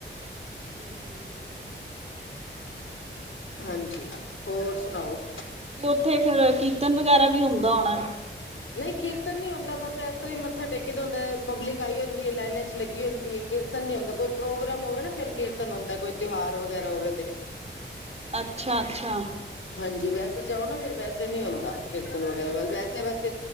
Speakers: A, on the right (about 35°); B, on the left (about 85°).
A: ਹਮ, ਹਮ-ਹਮ।
B: ਹਾਂਜੀ, ਹੋਰ ਸੁਣਾਓ?
A: ਤੇ ਉੱਥੇ ਫੇਰ, ਕੀਰਤਨ ਵਗੈਰਾ ਵੀ ਹੁੰਦਾ ਹੋਣਾ?
B: ਨਹੀਂ ਕੀਰਤਨ ਨੀ ਹੁੰਦਾ ਬੱਸ ਇਸ ਤਰ੍ਹਾਂ ਹੀ ਮੱਥਾ ਟੇਕ ਦਾ ਹੁੰਦਾ, ਪਬਲਿਕ ਆਈ ਹੁੰਦੀ ਐ ਲੈਨਾਂ ਚ ਲੱਗੀ ਹੁੰਦੀ ਐ। ਕੀਰਤਨ ਨੀ ਹੁੰਦਾ, ਕੋਈ ਪ੍ਰੋਗਰਾਮ ਹੋਵੇ, ਨਾ ਫਿਰ ਕੀਰਤਨ ਹੁੰਦਾ ਕੋਈ ਤਿਉਹਾਰ ਵਗੈਰਾ ਹੋਵੇ ਤੇ
A: ਅੱਛਾ-ਅੱਛਾ।
B: ਹਾਂਜੀ, ਵੈਸੇ ਜਾਓ ਨਾ ਫਿਰ ਵੈਸੇ ਨੀ ਹੁੰਦਾ, ਕੀਰਤਨ ਵਗੈਰਾ ਵੈਸੇ ਬੱਸ